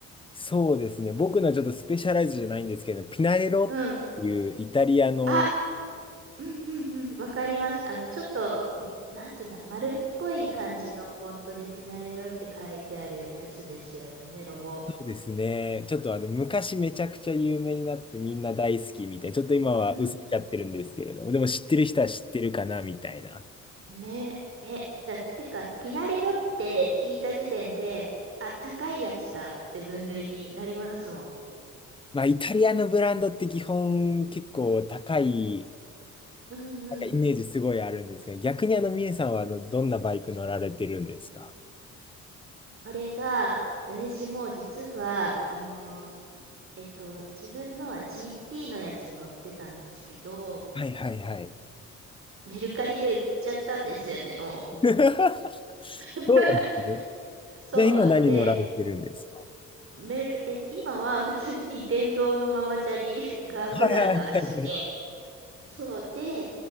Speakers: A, on the left; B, on the right.
A: そうですね。僕のはちょっとスペシャライズじゃないんですけど、ピナレロっていうイタリアの、
B: うん。あ、うんうんうん。わかります。あの、ちょっと、んなんつうんだ、丸っこい感じのフォントでピナレロって書いてあるやつですよね、ロゴ。
A: そうですね。ちょっとあの、昔めちゃくちゃ有名になってみんな大好きみたいな。ちょっと今は薄れちゃってるんですけれども、
B: うん
A: でも知ってる人は知ってるかなみたいな。
B: ね。え、だってか、ピナレロって聞いた時点で、あ、高いやつだって分類になりますもん。
A: まあ、イタリアのブランドって基本結構高い、
B: うんうん。
A: なんかイメージすごいあるんですけど、逆にあの、みえさんはあの、どんなバイク乗られてるんですか
B: これが、私も実は、あの、えっと、自分のは GT のやつ乗ってたんですけど、
A: はいはいはい。
B: メルカリで売っちゃったんですよね、もう。
A: <laughs>
B: <laughs>
A: そうなんですね。
B: そう。
A: じゃあ今何乗られてるんですか
B: で、メル、え、今は普通に電動のママチャリが普段の足で、
A: はいはいはい。
B: そう。で、